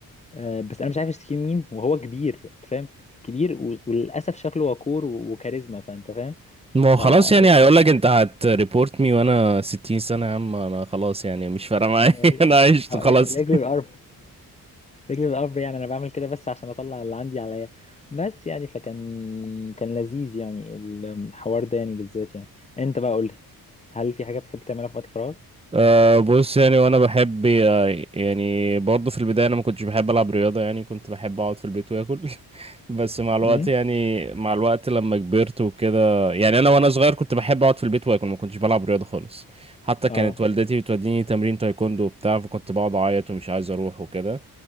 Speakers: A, on the left; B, on the right.
A: آه، بس انا مش عارف اشتكيه لمين وهو كبير انت فاهم كبير و- وللاسف شكله وقور و- وكاريزما فانت فاهم
B: ما
A: فيعني
B: هو خلاص يعني هيقول لك انت هتريبورت مي وانا 60 سنة يا عم انا خلاص يعني مش فارقة معايا
A: يعني ر-
B: <laughs> انا عشت
A: آه، ر-
B: خلاص
A: رجلي بالقرب رجلي بالقرب يعني انا بعمل كده بس عشان اطلع اللي عندي عليا بس يعني فكان كان لذيذ يعني الحوار ده يعني بالذات يعني انت بقى قول لي هل في حاجه بتحب تعملها في وقت فراغك
B: أه بص يعني وانا بحب آه، يعني برضه في البداية انا ما كنتش بحب العب رياضة يعني كنت بحب اقعد في البيت واكل <laughs> بس مع الوقت
A: امم
B: يعني مع الوقت لما كبرت وكده يعني انا وانا صغير كنت بحب اقعد في البيت واكل ما كنتش بلعب رياضه خالص حتى كانت
A: اه
B: والدتي بتوديني تمرين تايكوندو وبتاع فكنت بقعد اعيط ومش عايز اروح وكده